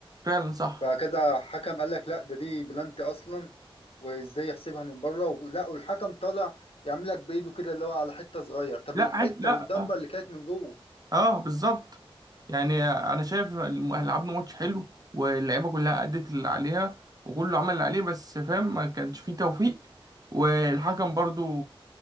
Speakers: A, on the right (about 40°); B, on the left (about 80°).
A: فعلا صح
B: فكذا حكم قال لك لا ده دي بلانتي اصلا وازاي يحسبها من بره ولا والحكم طالع يعمل لك بايده كده اللي هو على حته صغير طب
A: لا
B: الح...
A: عد... لا
B: طب الضربه
A: اه
B: اللي كانت من جوه
A: آه، بالظبط يعني انا شايف الم- لعبنا ماتش حلو واللعيبه كلها ادت اللي عليها وكله عمل اللي عليه بس فاهم ما كانش فيه توفيق والحكم برضو